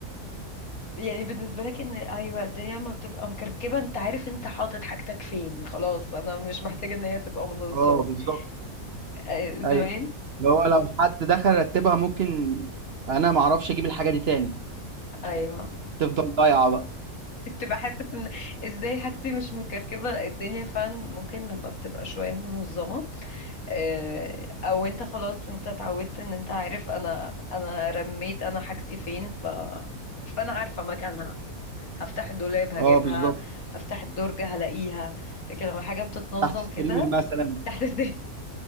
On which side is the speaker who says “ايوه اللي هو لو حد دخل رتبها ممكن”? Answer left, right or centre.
Right